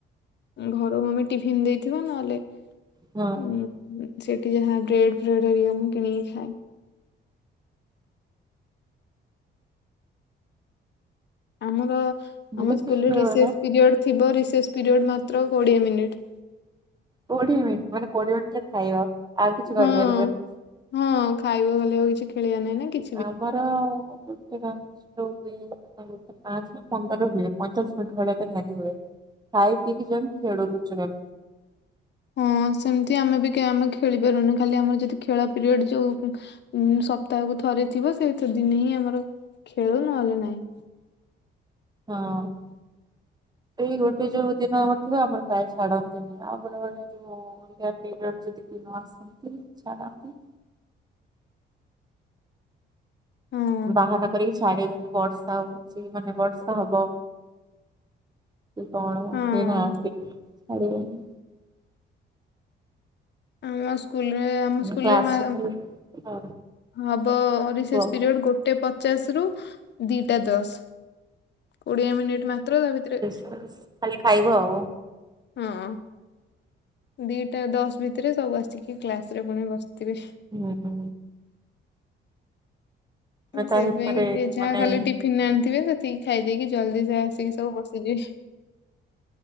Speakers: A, on the left; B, on the right.
A: ଘରୁ ମମି ଟିଫନ୍ ଦେଇଥିବ। ନହେଲେ ଅଁ,
B: ହଁ
A: ଉଁ, ହୁଁ, ସେଇଠି ଯାହା ବ୍ରେଡ୍ ଫ୍ରେଡ୍ ହେଲେ ମୁଁ କିଣିକି ଖାଏ। ଆମର
B: ମୁଁ
A: ଆମ
B: ବି
A: ସ୍କୁଲ୍
B: ସେଇ
A: ରେ
B: ବେଳେ
A: ରିସେସ୍ ପିରିୟଡ୍ ଥିବ ରିସେସ୍ ପିରିୟଡ଼୍ ମାତ୍ର କୋଡ଼ିଏ ମିନିଟ୍।
B: କୋଡିଏ ମିନିଟ୍ ମାନେ କୋଡିଏ ମିନିଟ୍ ରେ ଖାଇବା। ଆଉ କିଛି
A: ହଁ,
B: କରିପାରିବାନି
A: ହଁ ଖାଇବା ଖାଲି ରହିଛି, ଖେଳିବା ନାହିଁ ନା କି
B: ଆମର ଗୋଟେ <inaudible> ତ ପାଞ୍ଚ ନା ପନ୍ଦର ହୁଏ, ପଞ୍ଚାଶ ମିନିଟ୍ ଭଳିଆ ତ ନିହାତି ହୁଏ। ଖାଇ ପିଇକି ଯେନ୍ ଖେଳୁଛୁ ଖାଲି।
A: ହଁ ସେମିତି ଆମେ ବି କେ ଆମେ ଖେଳି ପାରୁନୁ, ଖାଲି ଆମର ଯଦି ଖେଳ ପିରିୟଡ୍ ଥିବ <unintelligible> ଉଁ, ସପ୍ତାହକୁ ଥରେ ଥିବ ସେଇତ ଦିନି ହିଁ ଆମର ଖେଳୁ ନହେଲେ ନାହିଁ।
B: ହଁ। ଏଇ ଗୋଟେ ଯୋଉ ଦିନ ଆମର ଥିବା ଆମର ପ୍ରାୟ ଛାଡନ୍ତିନି, ଆପର ମାନେ ଯୋଉ ଅଲଗା ପିରିୟଡ଼୍ ଯଦି କି ନ ଆସନ୍ତି ଛାଡ଼ନ୍ତି।
A: ହଁ
B: ବାହାନା କରିକି ଛାଡ଼ି ବେନି ବର୍ଷା ହଉଛି, ମାନେ ବର୍ଷା ହବ। କି କଣ
A: ହଁ
B: କେଇ ନାହାନ୍ତି ଛାଡିବେନି।
A: ଆମ ସ୍କୁଲ୍ ରେ ଆମ
B: ଆମେ
A: ସ୍କୁଲ୍
B: କ୍ଲାସରେ
A: ରେ ମା-
B: ଖାଲି ହଁ କୁହ
A: ହବ ରିସେସ୍
B: ହଁ
A: ପିରିୟଡ଼୍ ଗୋଟେ ପ ଚାଶ ରୁ ଦିଟା ଦଶ କୋଡିଏ ମିନିଟ୍ ମାତ୍ର, ତା ଭିତରେ
B: ବାସ୍ ଖାଲି ଖାଇବ ଆଉ।
A: ହଁ ଦିଟା ଦଶ ଭିତରେ ସବୁ ଆସିକି କ୍ଲାସ୍ ରେ ପୁଣି ବସିଥିବେ।
B: ନା ତ ଆମେ
A: ସେଥିପାଇଁ
B: ତା ଭିତରେ
A: କି ଯି ଯାହା
B: ମାନେ
A: ଖାଲି ଟିଫିିନ୍ ଆଣିଥିବେ ସେତିକି ଖାଇଦେଇକି ଜଲଦି ସେ ଆସିକି ସବୁ ବସିଯିବେ।